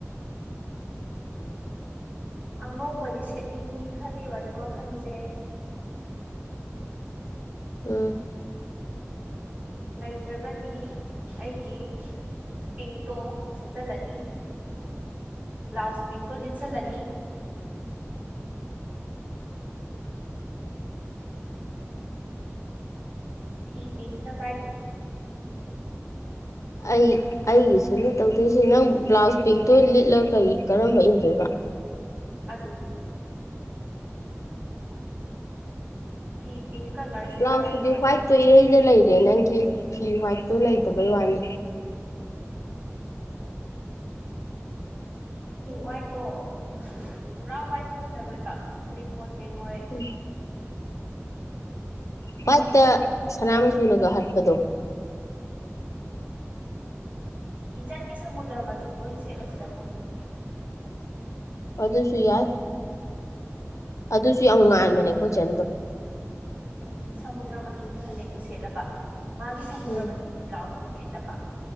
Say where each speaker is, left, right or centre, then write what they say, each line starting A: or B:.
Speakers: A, on the right; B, on the left.
A: ꯑꯉꯧꯕꯗꯤ ꯁꯦꯠꯅꯤꯡꯉꯤ ꯈꯜꯂꯤꯕꯅꯤ ꯋꯥꯈꯟꯁꯦ
B: ꯎꯝ
A: ꯂꯩꯇ꯭ꯔꯒꯗꯤ ꯑꯩꯒꯤ ꯄꯤꯡꯛꯇꯣ ꯁꯦꯠꯆꯜꯂꯅꯤ ꯕ꯭ꯂꯥꯎꯁ ꯄꯤꯡꯛꯇꯣ ꯂꯤꯠꯁꯜꯂꯅꯤ ꯐꯤ ꯄꯤꯡꯛꯅ ꯀꯥꯏꯗꯒꯤ
B: ꯑꯩ ꯑꯩꯒꯤꯁꯨꯅꯤ ꯇꯧꯗꯣꯏꯁꯦ ꯅꯪ ꯕ꯭ꯂꯥꯎꯁ ꯄꯤꯡꯛꯇꯨ ꯂꯤꯠꯂ ꯀꯔꯤ ꯀꯔꯝꯕ ꯏꯟꯗꯣꯏꯕ
A: ꯑꯗꯨꯅꯤ ꯐꯤ ꯄꯤꯡ ꯀꯂꯔꯁꯦ
B: ꯕ꯭ꯂꯥꯎꯁꯇꯄꯨꯗꯤ
A: ꯀꯗꯥꯏꯗ ꯋꯥꯏꯐꯝꯅꯣ
B: ꯍ꯭ꯋꯥꯏꯠꯇꯣ ꯏꯔꯩꯗ ꯂꯩꯔꯦ ꯅꯪꯒꯤ ꯐꯤ ꯍ꯭ꯋꯥꯏꯠꯇꯣ ꯂꯩꯇꯕꯩ ꯋꯥꯅꯤ
A: ꯋꯥꯏꯠꯇꯣ ꯎꯝ ꯄꯨꯔꯥ ꯋꯥꯏꯠꯁꯨ ꯐꯖꯔꯣꯏꯕ ꯀ꯭ꯔꯤꯝ ꯑꯣꯏ ꯀꯩꯑꯣꯏ
B: ꯎꯝ ꯍ꯭ꯋꯥꯏꯠꯇ ꯁꯅꯥ ꯃꯆꯨꯨꯅꯒ ꯍꯠꯄꯗꯣ
A: ꯏꯆꯟꯒꯤ ꯁꯃꯨꯗ꯭ꯔ ꯃꯆꯨꯗꯣ ꯑꯣꯏꯅ ꯁꯦꯠꯂꯁꯤꯔꯥ ꯈꯡꯗꯦꯅꯦ
B: ꯑꯗꯨꯁꯨ ꯌꯥꯏ ꯑꯗꯨꯁꯨ ꯌꯥꯝ ꯉꯥꯟꯕꯅꯦ ꯑꯩꯈꯣꯏ ꯆꯟꯗꯣ
A: ꯎꯝ ꯁꯃꯨꯗ꯭ꯔ ꯃꯆꯨꯒꯤ ꯐꯅꯦꯛꯇꯣ ꯁꯦꯠꯂꯕ ꯃꯥꯒꯤ ꯁꯃꯨꯗ꯭ꯔ
B: ꯎꯝ
A: ꯃꯆꯨꯒꯤ ꯕ꯭ꯂꯥꯎꯁꯇꯣ ꯂꯤꯠꯂꯕ